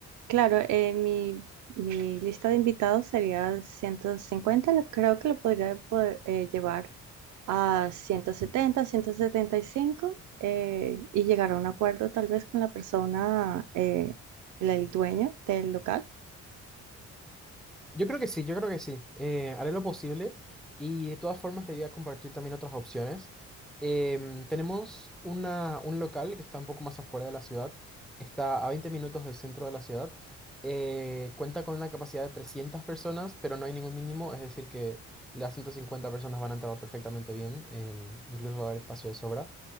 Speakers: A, on the right; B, in the centre.
A: claro, eh, mi, mi lista de invitados sería 150, lo- creo que lo podría poder, eh, llevar a 170, 175 eh, y llegar a un acuerdo tal vez con la persona, eh, la- el dueño del local
B: Yo creo que sí, yo creo que sí. Eh, haré lo posible y de todas formas le voy a compartir también otras opciones. Em, tenemos una, un local que está un poco más afuera de la ciudad, está a 20 minutos del centro de la ciudad. Eh, cuenta con una capacidad de 300 personas, pero no hay ningún mínimo, es decir, que las 150 personas van a entrar perfectamente bien, em, incluso va a haber espacio de sobra.